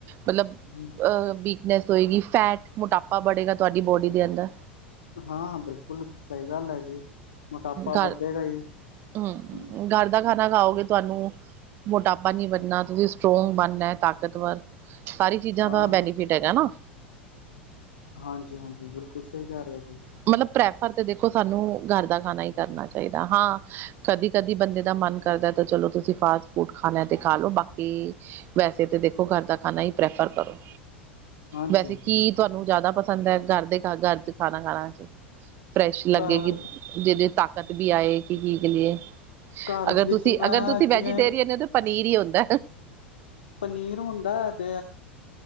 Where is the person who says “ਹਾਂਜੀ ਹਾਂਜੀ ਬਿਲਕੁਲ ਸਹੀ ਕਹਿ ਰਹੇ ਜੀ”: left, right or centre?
Left